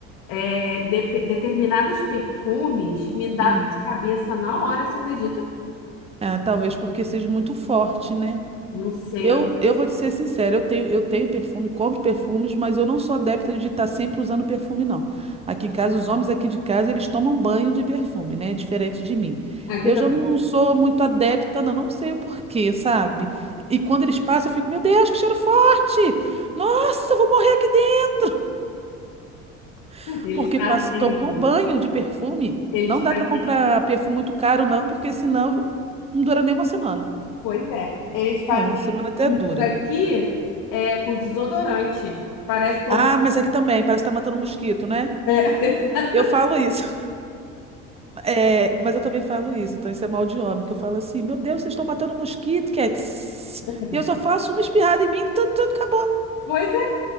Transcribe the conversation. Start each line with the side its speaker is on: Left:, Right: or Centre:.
Left: É, de- determinados perfumes me dá
Right: Hum.
Left: dor de cabeça na hora, você acredita?
Right: Ah, talvez porque seja muito forte, né?
Left: Não sei.
Right: Eu,
Left: eu-
Right: eu vou te ser sincera, eu tenho, eu tenho perfume, compro perfumes, mas eu não sou adepta de estar sempre usando perfume, não. Aqui em casa, os homens aqui de casa, eles tomam banho de perfume, né? Diferente de mim.
Left: Aqui
Right: Eu
Left: também.
Right: já não sou muito adepta, não, não sei o porquê, sabe? E quando eles passam, eu fico, meu Deus, que cheiro forte! Nossa, eu vou morrer aqui dentro! <laughs>
Left: Eles
Right: Porque
Left: fazem.
Right: passam, tomam banho de perfume.
Left: Eles
Right: Não dá
Left: fazem.
Right: para comprar perfume muito caro, não, porque senão não dura nem uma semana.
Left: Pois é. Eles fazem
Right: É, uma semana
Left: isso
Right: até
Left: comigo
Right: dura.
Left: aqui é, com desodorante. Parece que
Right: Ah,
Left: eu vou.
Right: mas aqui também, parece que tá matando mosquito, né?
Left: <laughs>
Right: Eu falo isso. <laughs> É, mas eu também falo isso, então isso é mal de homem, que eu falo assim, meu Deus, vocês estão matando mosquito, que é tss.
Left: É.
Right: E eu só faço uma espirrada em mim, tu, tu, acabou.
Left: Pois é.